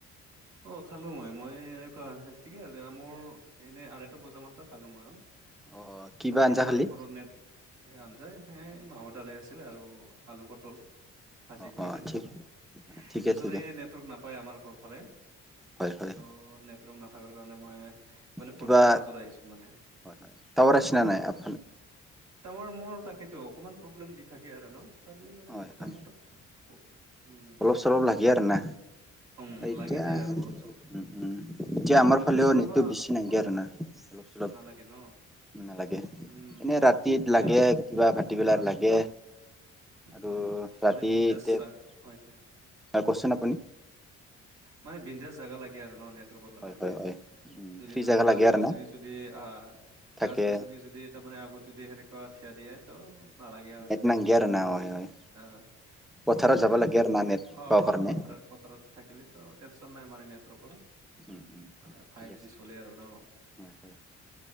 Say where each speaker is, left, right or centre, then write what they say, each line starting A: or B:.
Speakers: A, on the right; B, in the centre.
A: অ খালো মই মই এনেকুৱা ঠিকে আছে মোৰ। এনেই আঢ়ৈটা বজামানতে খালো মইও
B: অ কিবা
A: খাই কেনে
B: আঞ্জা
A: মানে
B: খালি
A: ঘৰত নেট। আঞ্জায়ে মাহৰ দালে আছিলে আৰু আলু পটল। সাজি
B: অ
A: কৰি
B: অ
A: কেনে
B: ঠিক
A: খালো
B: ঠিকে
A: পিছত
B: ঠিকে
A: এই নেটৱৰ্ক নাপায় আমাৰ ঘৰ ফালে।
B: হয়
A: পিছত
B: হয়
A: নেটৱৰ্ক নাথকাৰ কাৰণে মই বোলে
B: কিবা
A: পথাৰৰ মাজত আহিছো মানে।
B: হয় হয় টাৱাৰ আছে না নাই আপ
A: তাৱাৰ মোৰ তাকেতো অকণমান প্ৰব্লেম দি থাকে আৰু ন তথাপিও মানে
B: হয়
A: কথা
B: হয়
A: পাতো কওক। উম
B: অলপ চলপ
A: প্ৰব্লেম
B: লাগে
A: নাই।
B: আৰু না
A: উম
B: এতিয়া
A: লাগি যায় আৰু অলপ চলপ
B: উম উম এতিয়া আমাৰ
A: মোবাইল
B: ফালেও
A: চলাবা
B: নেটটো বেছি নালগে
A: অ
B: আৰু
A: অ।
B: না অলপ চলপ
A: নালাগে ন।
B: নালাগে এনেই
A: উম।
B: ৰাতিত
A: মানে
B: লাগে কিবা ভাটিবেলাৰ
A: হয় হয়
B: লাগে। আৰু
A: হয় হয়
B: ৰাতি
A: মানে বিন্দাছ
B: এতিয়া
A: হয় হয়।
B: কওকচোন আপুনি
A: মানে বিন্দাছ জেগা লাগে আৰু ন নেট ৱৰ্ক
B: হয়
A: কাৰণে
B: হয় হয়
A: মানে
B: উম
A: যদি
B: ফ্ৰী
A: তুই
B: জেগা
A: গছ-গছনি
B: লাগে আৰু না
A: যদি আহ
B: থাকে
A: গছ- গছনি যদি তাৰ মানে আগত যদি সেনেকুৱা ঠিয়া দিয়ে ত নালাগে আৰু এনে
B: নেট
A: নেটৱৰ্ক
B: নাংগে
A: নছ
B: আৰু
A: লে,
B: না হয় হয়
A: অ
B: পথাৰত
A: মানে
B: যাব লাগে আৰু না নেট
A: অ
B: পাব
A: অ
B: কাৰণে
A: পথাৰত পথাৰত থাকিলে তো টেনচন নাই মানে নেটৰ্কৰ।
B: উম উম
A: মানে ফাইভ
B: ঠিক আছে
A: জি চলে আৰু ন।
B: হয় হয়